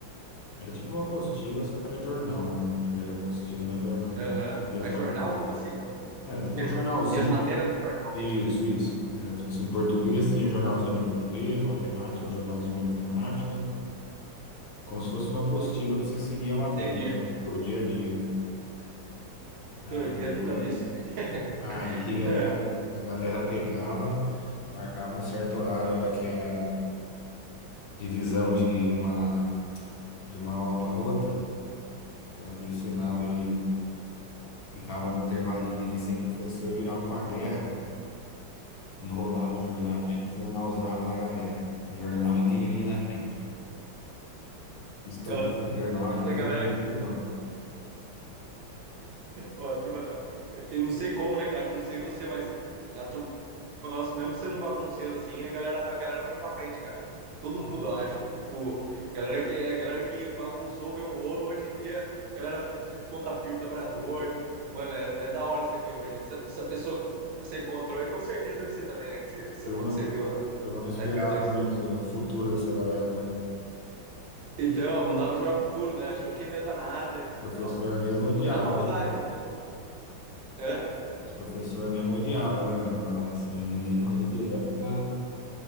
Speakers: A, on the left; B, on the right.
A: Era tipo uma apostila, só que era jornal, né? Ao invés de apostila, era um jornal, pra
B: Aham.
A: gente seguir
B: Mas
A: as matérias,
B: jornal, como
A: né?
B: assim? Como...
A: Era tipo
B: Que
A: um jornalzinho.
B: tinha as matérias no jornal,
A: Isso,
B: é isso?
A: isso. Era tipo assim, português tinha jornalzinho de português, matemática, o jornalzinho de matemática. Como se fosse uma apostila pra você seguir a matéria,
B: Entendi.
A: né? Do dia a dia. Aí,
B: Doideira, nunca vi isso. <laughs>
A: aí
B: É,
A: a, gal- a galera pegava, marcava um certo horário, a hora que era divisão de uma, de uma aula para outra, batia o sinal e Ficava um intervalinho ali sem professor, virava uma guerra, cara. Enrolava o jornal, era jornalzada na galera, velho. Jornal em quem vinha na frente. Estudou
B: nossa, essa
A: o jornal, acho que a turma
B: galera,
A: não estudou.
B: ó, a turma, eu não sei como, né, cara? Não sei você, mas a turma nosso, mesmo sendo bagunceiro assim, a galera, a galera foi pra frente, cara. Todo
A: A
B: mundo, eu acho. Tipo, galera que é, galera que bagunçou, veio um rolo hoje em dia, galera tipo ponta firme, trabalhador. Mano, é, é da hora você ver hoje. Essa, essa pessoa que você encontrou, e com certeza deve ser também, né? Que você, você
A: turma,
B: falou que você viu na,
A: a turma não esperava
B: na empresa. que-
A: muito o futuro dessa galera, né?
B: Então, não dava pra esperar pro futuro, né? Achou que não ia dar nada e
A: Os professor
B: tal.
A: mesmo odiava,
B: E na faculdade,
A: né?
B: mano? como- Hã?
A: Os professor mesmo odiava, né? velho? Falava, "Ah, esse menino aí pode ir direto para